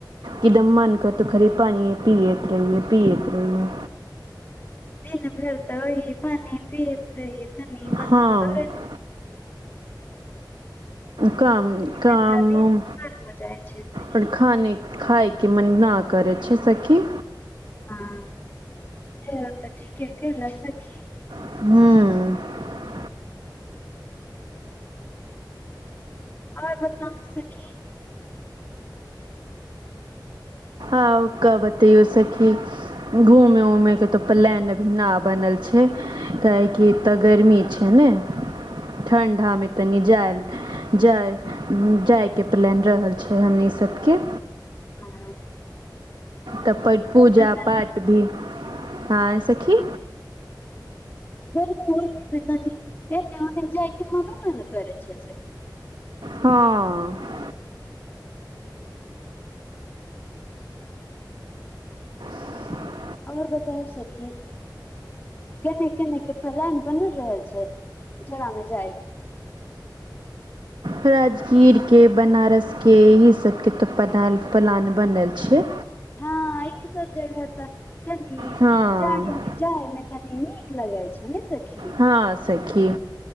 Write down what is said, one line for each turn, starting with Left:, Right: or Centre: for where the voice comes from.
Right: एकदम मन कर तऽ खरी पानि पियैत रहिै पीैत रहिए
Left: दिन भरदा होइ पानी पीत रह बात
Right: हँ
Left: रूम दर
Right: काम,
Left: एहिमे
Right: काम-उम
Left: तऽ दिन ठाढ़ हो जाइ छै सखी
Right: और खाने खाय के मन ना करै छै सखी।
Left: हाँ एहो ते ठीके कयला सखी।
Right: हुं।
Left: और बताउ सखी।
Right: आउ का बतैयौ सखी घूमे-उमय के तऽ प्लान अभी ना बनल छै, काहेकि एता गर्मी छै नै, ठंढा मे तनी जाएल जाय, जायके प्लान रहल छै हमनी सबके।
Left: ह
Right: तब पूजा
Left: गर्मी
Right: पाठ भी हँ सखी
Left: घर तनी एक ववथ जा के मना काहे नै करै छै से।
Right: हँ <inaudible>
Left: और बताउ सखी केने-केने के पलान बनल रहल छै, जड़ा मे जाय
Right: राजगीर के, बनारस के इही सबके तो पलान प्लान बनल छै।
Left: हाँ ई सब जगह तऽ तनी
Right: हँ
Left: जाड़े मे जाय मे तनी नीक लगाय छै नै स खी
Right: हँ सखी